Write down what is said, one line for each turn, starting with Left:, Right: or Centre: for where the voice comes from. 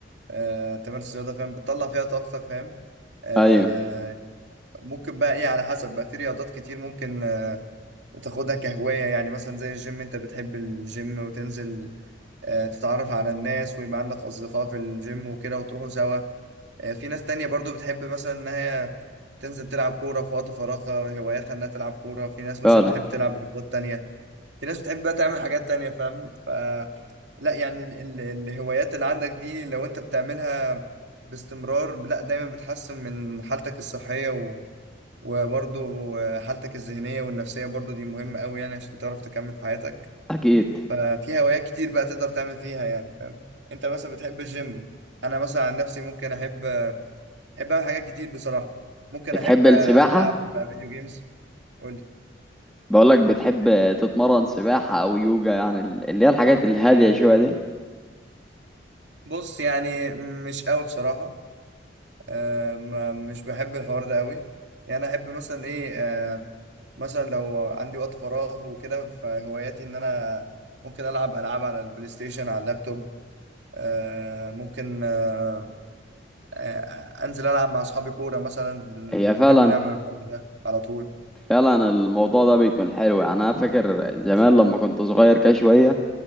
Right: آه تمارس رياضه فاهم بتطلع فيها طاقتك فاهم آه
Centre: ايوه
Right: ممكن بقى ايه على حسب بقى في رياضات كتير ممكن تاخدها كهواية يعني مثلا زي الجيم انت بتحب الجيم وتنزل آه، تتعرف على الناس ويبقى عندك أصدقاء في الجيم وكده وتروحوا سوا آه، في ناس تانية برضو بتحب مثلا إن هي تنزل تلعب كورة في وقت فراغها هواياتها إنها تلعب كورة في ناس
Centre: فعلا
Right: مثلا بتحب تلعب رياضات تانية في ناس بتحب بقى تعمل حاجات تانية فاهم ف لا يعني ال... ال... الهوايات اللي عندك دي لو أنت بتعملها باستمرار لا دايما بتحسن من حالتك الصحية وبرضه حالتك الذهنية والنفسية برضه دي مهمة أوي يعني عشان تعرف تكمل في حياتك
Centre: اكيد
Right: ففي هوايات كتير بقى تقدر تعمل فيها يعني فاهم أنت مثلا بتحب الجيم أنا مثلا عن نفسي ممكن أحب أحب أعمل حاجات كتير بصراحة ممكن
Centre: بتحب
Right: أحب ألعب
Centre: السباحة
Right: فيديو جيمز قولي
Centre: بقولك بتحب تتمرن سباحة او يوجا يعني ال- اللي هي الحاجات الهادية
Right: أه،
Centre: شوية دي
Right: بص يعني مش أوي بصراحة آه ما مش بحب الحوار ده قوي يعني احب مثلا ايه آه مثلا لو عندي وقت فراغ وكده فهواياتي ان انا ممكن العب العاب على البلاي ستيشن على اللابتوب آه ممكن آه آه انزل العب مع اصحابي كوره مثلا بن-
Centre: هي
Right: بنحب
Centre: فعلا
Right: نعمل الحوار ده على طول
Centre: فعلا الموضوع ده بيكون حلو يعني انا فاكر زمان
Right: بالظبط
Centre: لما كنت صغير كده شوية